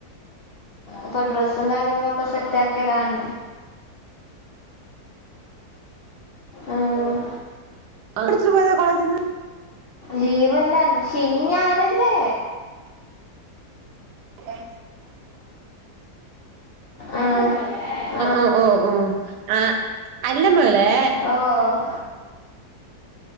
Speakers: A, on the left; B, on the right.
A: ഇപ്പൊ ഡ്രസ്സും കാര്യങ്ങളോക്കെ സെറ്റ് ആക്കലാണ് ആഹ
B: പിടിച്ചട്ട് പോയത കോളേജിന്ന്
A: ലീവല ശനി ഞായറല്ലേ
B: ക്
A: ആഹ ആ
B: ഓ ഓ ഓ ആഹ് അല്ല മോളെ
A: ആ ഓ